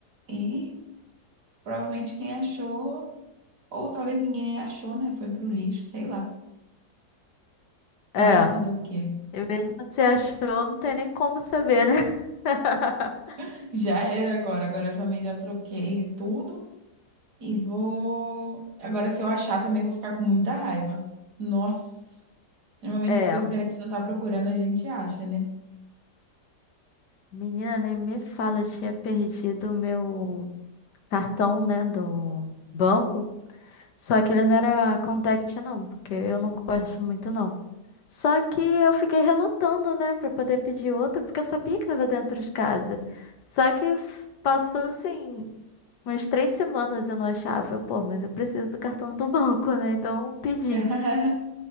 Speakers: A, on the right; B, on the left.
A: E provavelmente quem achou, ou talvez ninguém nem achou, né? Foi pro lixo, sei lá. Mas
B: É,
A: fazer o quê?
B: e mesmo se achou, não tem nem como saber, né? <laughs>
A: <laughs> Já era agora. Agora eu também já troquei tudo. E vou. Agora, se eu achar, também vou ficar com muita raiva. Nossa. Normalmente
B: É,
A: as coisas que a gente não tá procurando, a gente acha, né?
B: menina, nem me fala, eu tinha perdido o meu. cartão, né, do banco. Só que ele não era contact, não, porque eu não gosto muito, não. Só que eu fiquei relutando, né, pra poder pedir outro, porque eu sabia que tava dentro de casa. Só que f- passou, assim, umas três semanas e eu não achava. Eu, Pô, mas eu preciso do cartão do banco, né? Então pedi.
A: <laughs>